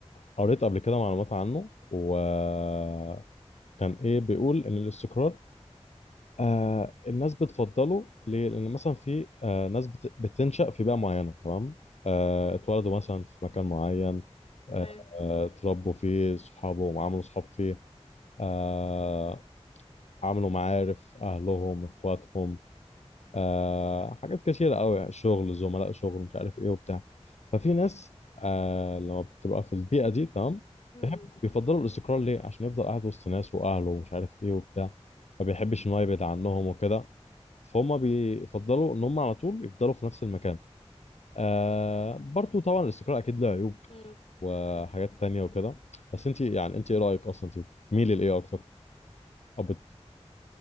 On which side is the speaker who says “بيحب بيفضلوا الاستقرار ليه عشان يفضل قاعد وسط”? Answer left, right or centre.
Left